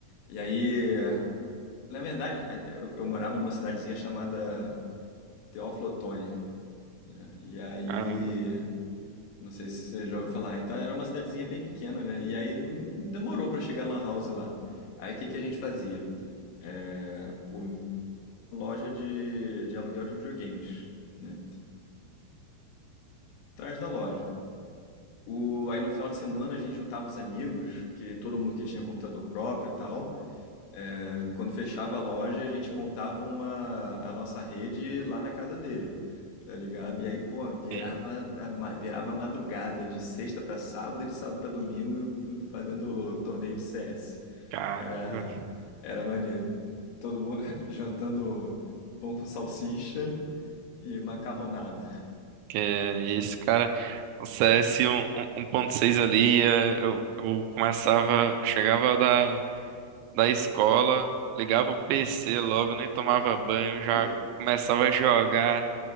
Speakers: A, on the left; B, on the right.
A: E aí. Na verdade, eu, eu morava numa cidadezinha chamada Teófilo Otoni, né? E aí.
B: Caramba.
A: Não sei se você já ouviu falar. Então era uma cidadezinha bem pequena, né? E aí não demorou pra chegar a Lan House lá. Aí o que, que a gente fazia? É, o- uma loja de, de aluguel de videogames, né? Atrás da loja. O, aí no final de semana a gente juntava os amigos, que todo mundo que tinha computador próprio e tal. É, quando fechava a loja, a gente montava uma, a nossa rede lá na casa dele, tá ligado? E aí, pô, virava,
B: E,
A: a ma- virava a madrugada de sexta pra sábado e de sábado pra domingo fazendo torneio de CS.
B: caramba.
A: Era, era maneiro. Todo mundo <laughs> jantando pão com salsicha e macarronada.
B: Que é isso, cara. O CS 1.6 ali, eh, eu, eu começava, chegava da da escola, ligava o PC logo, nem tomava banho, já
A: Pô.
B: começava a jogar.